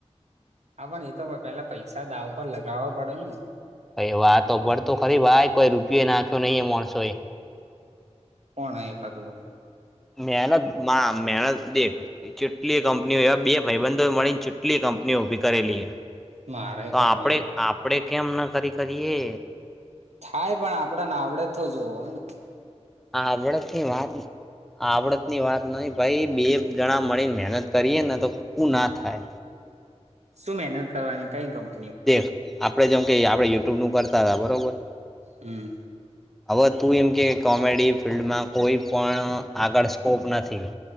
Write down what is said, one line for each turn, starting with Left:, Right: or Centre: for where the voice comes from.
Right: હા પણ એ તો પેલા પૈસા દાવ પર લગાવવા પડે ને
Centre: ભ વાતો પડતું ખરી ભાઈ કોઈ રૂપિયો નાખ્યો નહી માણસો
Right: કોણ એ વા તો બધા
Centre: મહેનત મા મહેનત દેખે ચટલી કંપનીઓ એ બે ભાઈબંધો મળીને ચૂટલી કંપનીઓ ઉઊભી કરેલી
Right: મારે
Centre: તો
Right: કરવી
Centre: આપડે આપડે કેમ ન કરી કરીએ
Right: થાય પણ આપડને આવડે તો જોવો હો ને
Centre: હ આડ વાત આવડત ની વાત નહ ભાઈ બે જણા મળીને મહેનત કરીએે ને તોકું ના થાય
Right: શું મહેનત કરવાની કઈ ગમ
Centre: દેખ આપડે જેમ કે આપડે યુટ્યુબ નું કરતા હતા બરોબર
Right: હમ
Centre: હવે તું એમ કે કોમેડી ફિલ્િલ્ડમાં કોઈ પણ આગળ સ્કોપ નથી